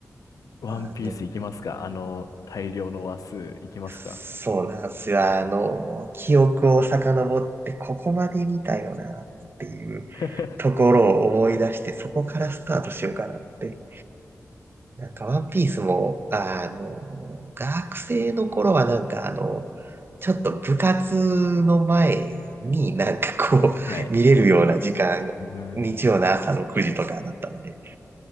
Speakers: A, on the left; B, on the right.
A: ワンピースいきますかあの大量の話数いきますか
B: あの、そうなんですよ。あの、記憶を遡って、ここまで見たよなっていう
A: <laughs>
B: ところを思い出して、そこからスタートしようかなって。なんか、ワンピースも、あの、学生の頃はなんか、あの、ちょっと部活の前になんかこう、
A: はい。
B: 見れるような時間、
A: うん。
B: 日曜の朝の9時とかだったんで、